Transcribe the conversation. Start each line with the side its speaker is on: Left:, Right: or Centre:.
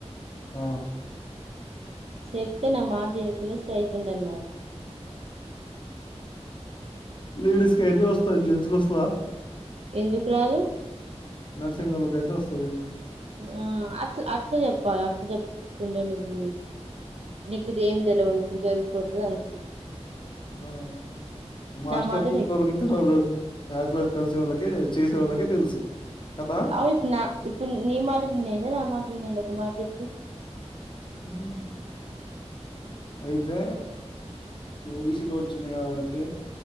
Left: ఆ
Right: చెప్తే నా మాట వినుకునే స్టైపెండన్నారు
Left: లేడీస్ కయితే వస్తది జెంట్స్ కొస్తదా
Right: ఎందుకురాదు
Left: నర్సింగ్ వాల్లకయితే వస్
Right: ఆ అట్ అట్లా చెప్పాలి అట్లా చెప్పకుండా నువ్వు నీకు ఇదేం తెలవదు నువ్ చదుకోట్లే అనుకున్
Left: ఆ మాస్టర్స్
Right: మాట
Left: తీసుకోళ్ళ
Right: నెగ్గింది
Left: కిత్తే రదు బ్యాచలర్ తెలిసినోళ్ళకి చేసే వాళ్ళకే తెలుసు కదా
Right: అవును ఇప్పుడు నా ఇప్పుడు నీ మాట విన్నయింద నా మాట విన్నయింద ఒక మాట చెప్ ఉ
Left: <unintelligible> అయితే ఓబీసీలో వచ్చింది కాబట్టి